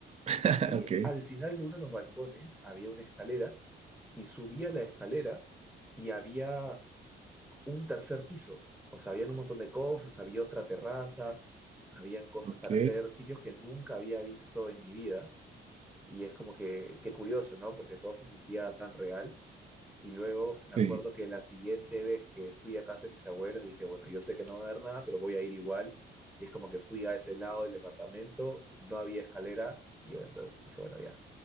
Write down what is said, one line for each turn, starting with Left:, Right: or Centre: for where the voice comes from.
Right: <laughs>
Centre: y
Right: ok,
Centre: al final de uno de los balcones había una escalera y subía la escalera y había un tercer piso. O sea, habían un montón de cosas, había otra terraza, habían cosas
Right: ok,
Centre: para hacer, sitios que nunca había visto en mi vida. Y es como que, qué curioso, ¿no? Porque todo se sentía tan real. Y luego
Right: sí.
Centre: me acuerdo que la siguiente vez que fui a casa de mis abuelos dije, bueno, yo sé que no va a haber nada, pero voy a ir igual. Y es como que fui a ese lado del departamento, no había escalera. Y yo entonces dije, bueno, ya,